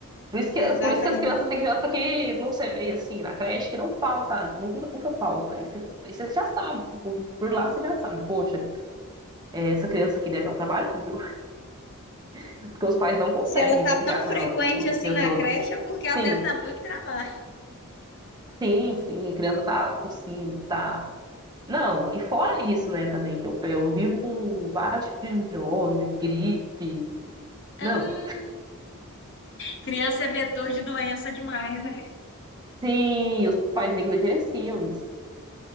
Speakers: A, on the right (about 20°); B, on the left (about 55°).
A: Por isso que,
B: exatamente.
A: por isso que as crianças, tem criança que não semeia assim na creche, que não falta, nunca, nunca falta. E você, e você já sabe, por, por lá você já sabe, poxa, é, essa criança aqui deve dar um trabalhinho, viu? <laughs> Porque os pais não conseguem
B: Se ela tá
A: ficar
B: tão
A: com
B: frequente
A: ela o
B: assim
A: dia
B: na
A: todo.
B: creche, é porque ela
A: Sim,
B: deve estar muito trabalho.
A: sim, sim, a criança tá tossindo, tá. Não, e fora isso, né, também, que eu, eu vivo com vários tipos de virose, gripe.
B: Hum,
A: Não,
B: criança é vetor de doença demais, né?
A: sim, os pais negligenciam isso.